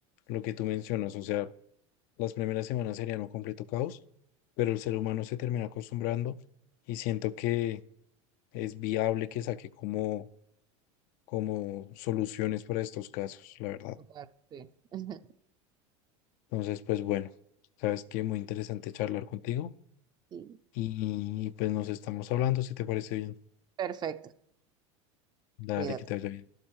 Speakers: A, on the left; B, on the right.
A: lo que tú mencionas. O sea, Las primeras semanas serían un completo caos, pero el ser humano se termina acostumbrando y siento que es viable que saque como, como soluciones para estos casos, la verdad.
B: Total, sí. <laughs>
A: Entonces, pues bueno, sabes que muy interesante charlar contigo
B: Sí.
A: y pues nos estamos hablando, si te parece bien.
B: Perfecto,
A: Dale,
B: cuídate.
A: que te vaya bien.